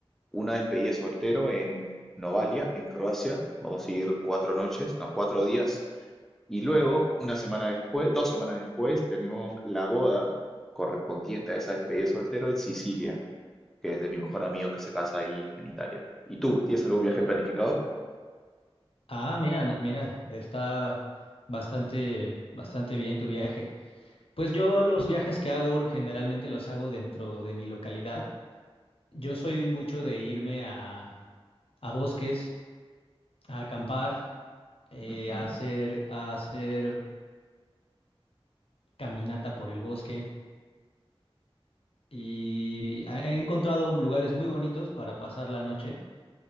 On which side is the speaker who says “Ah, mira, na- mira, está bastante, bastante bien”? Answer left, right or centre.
Left